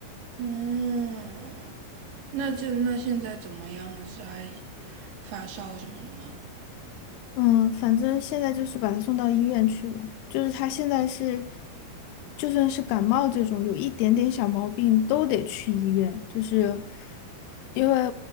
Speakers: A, on the right; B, on the left.
A: 嗯，那这那现在怎么样呢？是还发烧什么的吗？
B: 嗯，反正现在就是把他送到医院去了。就是他现在是，就算是感冒这种有一点点小毛病都得去医院。就是因为